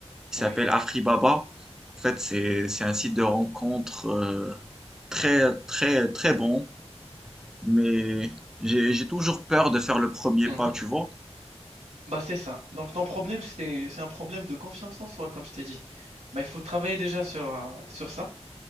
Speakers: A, in the centre; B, on the right.
A: il s'appelle
B: Oui.
A: Afribaba. En fait, c'est, c'est un site de rencontre euh, très, très, très bon. Mais j'ai j'ai toujours peur de faire le premier
B: Mhm.
A: pas, tu vois.
B: Bah, c'est ça. Donc, ton problème, c'est, c'est un problème de confiance en soi, comme je t'ai dit. Bah, il faut travailler déjà sur, euh, sur ça.